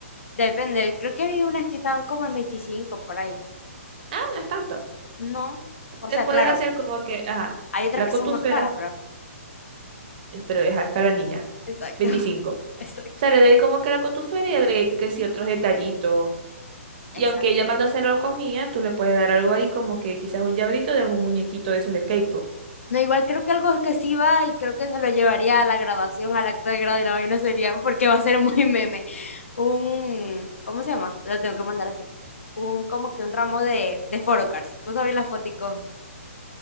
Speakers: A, on the left (about 65°); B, on the right (about 35°).
A: Depende, creo que vi unas que estaban como en 25 por ahí.
B: no es tanto.
A: No, o
B: Te
A: sea,
B: puedes
A: claro,
B: hacer como que, ajá,
A: hay otras
B: la
A: que
B: cotufera,
A: son más caras, pero...
B: eh, pero ajá, es para la niña,
A: Exacto,
B: veinticinco
A: <laughs> exacto.
B: Sale de ahí como que la cotufera y agregué que sí otros detallitos. Y
A: Exacto.
B: aunque ella manda a hacer algo con Mía, tú le puedes dar algo ahí como que quizás un llaverito de algún muñequito de esos de K-pop.
A: No, igual creo que algo que sí va y creo que se lo llevaría a la grabación, al acto de grado y la vaina sería, porque va a ser muy meme, un, ¿cómo se llama? Lo tengo que mandar a hacer. Un, como que un ramo de, de photocards. Vos sabés las foticos